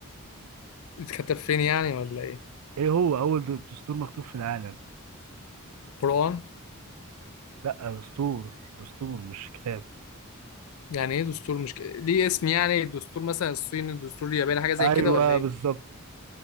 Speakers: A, on the left (about 70°); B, on the right (about 85°).
A: اتكتب فين يعني ولا ايه
B: إيه هو أول د- دستور مكتوب في العالم؟
A: قران
B: لأ دستور دستور مش كتاب
A: يعني ايه دستور مش ك... ليه اسم يعني الدستور مثلا الصيني الدستور الياباني حاجه زي
B: أيوه
A: كده ولا ايه
B: بالظبط